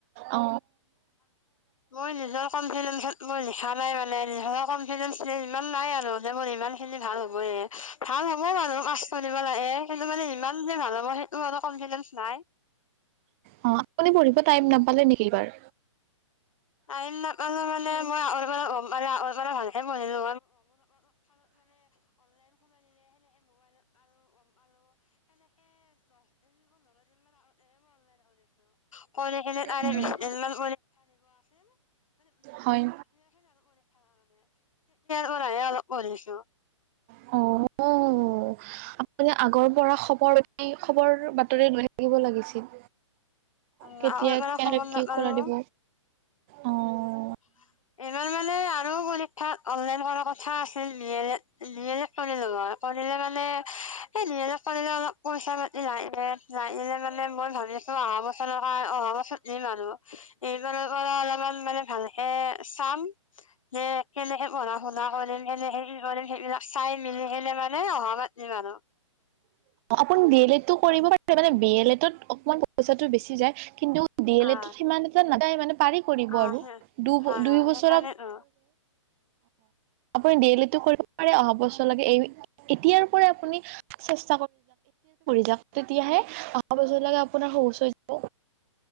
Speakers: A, on the right (about 25°); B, on the left (about 85°).
A: অ
B: মই নিজৰ কনফিডেঞ্চত মই লিখা নাই মানে ধৰক কনফিডেঞ্চ যে ইমান নাই আৰু যে মোৰ ইমান খিনি ভাল হ'বয়ে, ভাল হ'ব বাৰু আচ কৰিব লাগে কিন্তু মানে ইমান যে ভাল হ'ব সেটো আৰু কনফিডেঞ্চ নাই।
A: অ' আপুনি পঢ়িব টাইম নাপালে নেকি বাৰু?
B: আইলা <unintelligible> মানে আগৰ পৰাই ভালকে পঢ়িলো হয় <unintelligible> <unintelligible> এ। <unintelligible> হেকাৱণে তেতিয়াৰ
A: উম হয়
B: পৰাহে অলপ পঢ়িছো।
A: অ'। আপ মানে আগৰ পৰা খবৰ বাত ৰি-খবৰ বাতৰি লৈ থাকিব লাগিছিল।
B: আ
A: কেতিয়া
B: হৈ কাৰ
A: কেনেকে
B: খবৰ
A: কি
B: দ বো
A: খোলা
B: <unintelligible>
A: দিব অ
B: এইবাৰ মানে আৰু পৰিখা অনলাইন কৰা কঠা আছিল নিলে নিলে <inaudible> কনিলো হয় কনিলে মানে এই নিহে কনিলে অলপ পইচা মাতি নাইে নাগিলে মানে মই ভাবি আছো আহা বছৰৰ কাৰ অহা বছৰ নি মানুহ এইকাৰ কৰা অলপমান ভালকে চাম যে কেনেকে পঢ়া শুনা কৰিলে
A: আপুনি বি এল এডটো কৰিব পাৰে মানে বি এল এডত অকমান পইচাটো বেছি যায় কিন্তু ডি এল
B: অ
A: এ তত সিমান এটা ন তাই মানে পাৰি কৰিব
B: অ
A: আৰু
B: সেই
A: দু
B: হয়
A: দুই
B: হয়
A: বছৰ
B: সেইকাৰণেতো
A: অ আপুনি ডি এল এ কৰিব পাৰে অহা বছৰলৈকে এই এতিয়াৰ পৰা আপুনি এ য তেতিয়াহে অহা বজালকে আপোনাৰ শচ যাব